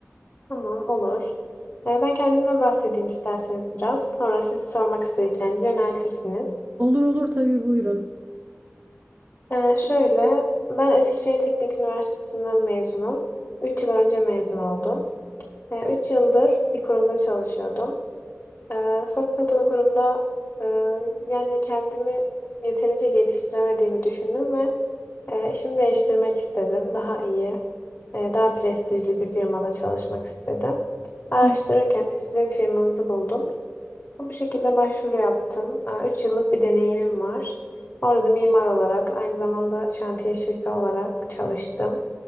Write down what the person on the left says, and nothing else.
Tamam, olur. E, ben kendimden bahsedeyim isterseniz biraz. Sonra siz sormak istediklerinizi yöneltirsiniz.
E, şöyle, ben Eskişehir Teknik Üniversitesi'nden mezunum. 3 yıl önce mezun oldum. E, Üç yıldır bir kurumda çalışıyordum. Ee, fakat o kurumda e, yani kendimi yeterince geliştiremediğimi düşündüm ve e, işimi değiştirmek istedim. Daha iyi, e, daha prestijli bir firmada çalışmak istedim. Araştırırken
de sizin firmanızı buldum. Bu şekilde başvuru yaptım. E, Üç yıllık bir deneyimim var. Orada da mimar olarak, aynı zamanda şantiye şefi olarak çalıştım.